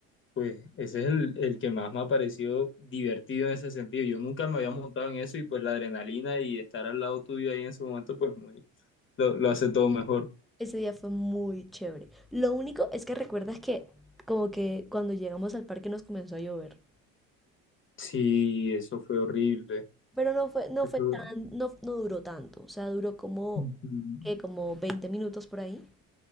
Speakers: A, on the left; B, in the centre.
A: pues ese es el, el que más me ha parecido divertido en ese sentido. Yo nunca me había montado en eso y pues la adrenalina y estar al lado tuyo ahí en ese momento, pues muy, lo, lo hace todo mejor.
B: Ese día fue muy chévere. Lo único es que recuerdas que como que cuando llegamos al parque nos comenzó a llover.
A: Sí, eso fue horrible.
B: Pero no fue, no
A: Eso-
B: fue tan, no, no duró tanto. O sea, duró como,
A: Ujú.
B: ¿qué? Como 20 minutos por ahí.